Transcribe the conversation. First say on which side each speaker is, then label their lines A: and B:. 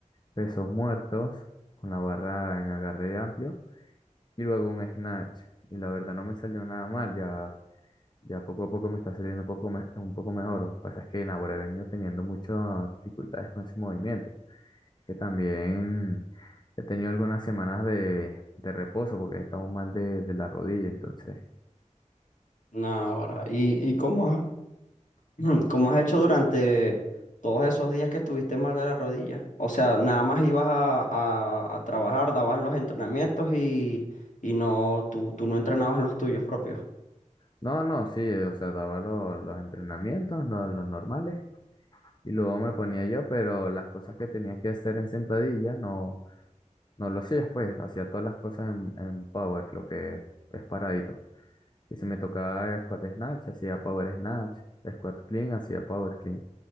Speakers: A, on the left; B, on the left.
A: pesos muertos con la barra en agarre amplio y luego un snatch. Y la verdad no me salió nada mal, ya Ya poco a poco me está saliendo un poco, me- un poco mejor. Lo que pasa es que en he venido teniendo muchas dificultades con ese movimiento. Es que también he tenido algunas semanas de, de reposo porque he estado mal de, de la rodilla. Entonces,
B: Nah, ahora. ¿Y, y cómo has, <clears throat> cómo has hecho durante todos esos días que estuviste mal de la rodilla? O sea, nada más ibas a, a- a trabajar, dabas los entrenamientos y, y no, tú, tú no entrenabas los tuyos propios.
A: no, no, sí, o sea, daba lo- los entrenamientos, lo- los, normales, y luego me ponía yo, pero las cosas que tenía que hacer en sentadilla no, no lo hacía, pues, hacía todas las cosas en, en power, lo que es es paradito. Y si me tocaba squat snatch, hacía power snatch, squat clean, hacía power clean.